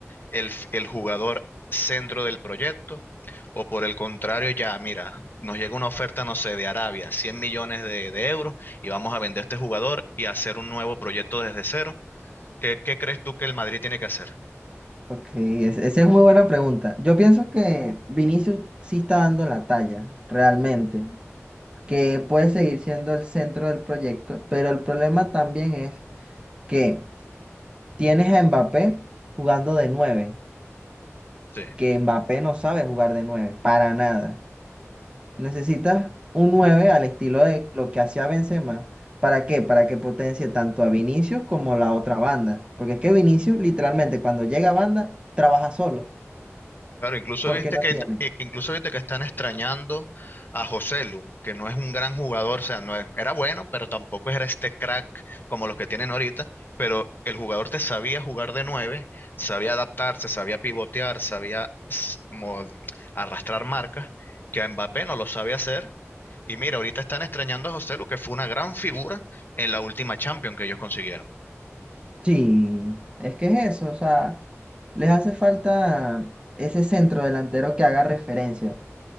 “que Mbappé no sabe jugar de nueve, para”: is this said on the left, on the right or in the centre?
Right